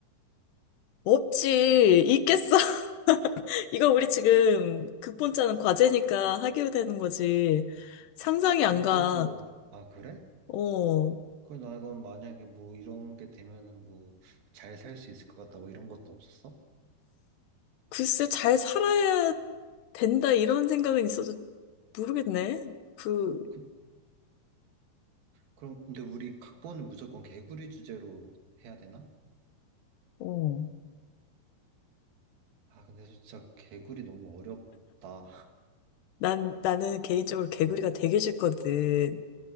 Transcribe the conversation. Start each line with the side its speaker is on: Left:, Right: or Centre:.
Left: 없지. 있겠어. <laughs> 이거 우리 지금 극본짜는 과제니까 하기로 되는 거지. 상상이 안
Right: 아니 그래도
Left: 가.
Right: 아 그래?
Left: 어,
Right: 그래 나 이건 만약에 뭐 이런 게 되면은 뭐 잘 살 수 있을 것 같다 뭐 이런 것도 없었어?
Left: 글쎄, 잘 살아야 된다, 이런 생각은 있어도 모르겠네. 그,
Right: 그, 그럼 근데 우리 각본을 무조건 개구리 주제로 해야 되나?
Left: 어,
Right: 아 근데 진짜 개구리 너무 어렵다.
Left: 난, 나는 개인적으로
Right: <laughs>
Left: 개구리가
Right: 어,
Left: 되게 싫거든.